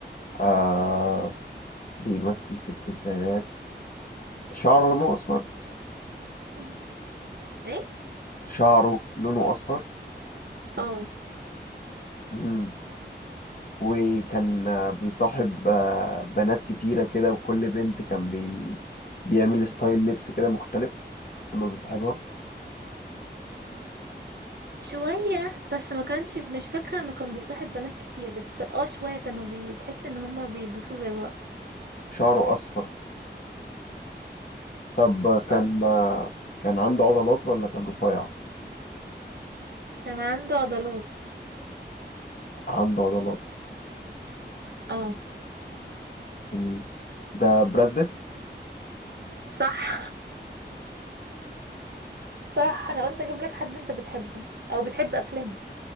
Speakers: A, on the left (about 50°); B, on the right (about 65°).
A: آه بيمثل في التسعينات شعره لونه أصفر
B: <laughs> ايه
A: شعره لونه أصفر
B: اه
A: مم. وكان آه، بيصاحب آه، بنات كتيرة كده وكل بنت كان بي... بيعمل ستايل لبس كده مختلف لما بيصاحبها
B: شوية بس ما كانش مش فاكرة انه كان بيصاحب بنات كتير بس اه شوية كانوا بتحس ان هما بيلبسوا زي بعض
A: شعره أصفر طب آه، كان
B: اه
A: آه، كان عنده عضلات ولا كان رفيع؟
B: كان عنده عضلات
A: عنده عضلات
B: اه
A: مم. ده براد بيت
B: صح <laughs> صح انا قلت اجيب لك حد انت بتحبه او بتحب افلامه